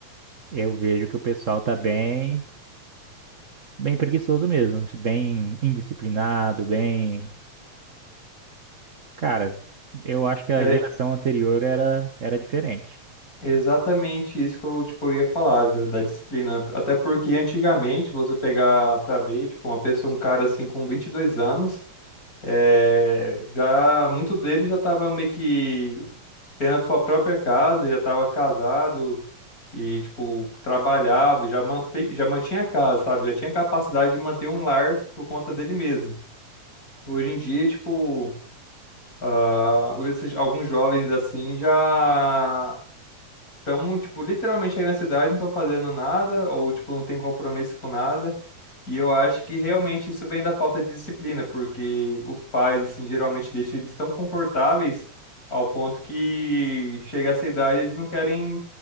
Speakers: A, on the right; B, on the left.
A: Eu vejo que o pessoal tá bem, bem preguiçoso mesmo, bem indisciplinado, bem. Cara, eu acho que a
B: É
A: geração anterior era, era diferente.
B: exatamente isso que eu tipo eu ia falar da, da disciplina, até porque antigamente você pegar pra ver, tipo, uma pessoa, um cara assim com 22 anos, é, já muito dele já tava meio que tendo a sua própria casa, ele já estava casado e, tipo, trabalhava, já mantém, já mantinha a casa, sabe? Já tinha capacidade de manter um lar por conta dele mesmo. Hoje em dia, tipo, ah, esses, alguns jovens assim já Estão, tipo, literalmente aí na cidade, não estão fazendo nada, ou, tipo, não tem compromisso com nada. E eu acho que realmente isso vem da falta de disciplina, porque os pais, assim, geralmente deixam eles tão confortáveis ao ponto que chega essa idade eles não querem,